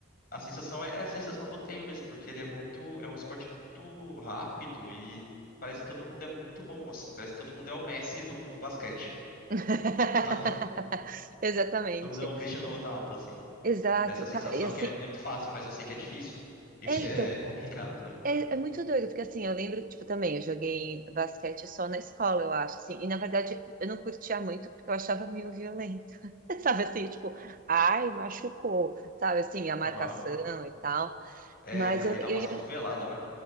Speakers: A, on the left; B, on the right.
A: A sensação é, é a sensação que eu tenho mesmo, porque ele é muito, é um esporte muito rápido e parece que todo mundo é muito bom, assim. Parece que todo mundo é o Messi do, do basquete,
B: <laughs>
A: <laughs> sabe?
B: Exatamente.
A: Todo mundo é o Cristiano Ronaldo, assim.
B: Exato.
A: Essa sensação
B: Cara, e assim,
A: que é muito fácil, mas eu sei que é difícil. Isso
B: é,
A: que
B: então,
A: é <laughs> complicado, sabe?
B: é, é muito doido, porque assim, eu lembro, tipo, também, eu joguei basquete só na escola, eu acho, assim, e na verdade eu não curtia muito porque eu achava meio violento, <laughs> sabe? Assim, tipo, ai, machucou, sabe? Assim, a marcação
A: Aham.
B: e tal.
A: É,
B: Mas
A: porque
B: eu,
A: dá umas
B: eu,
A: cotoveladas, né?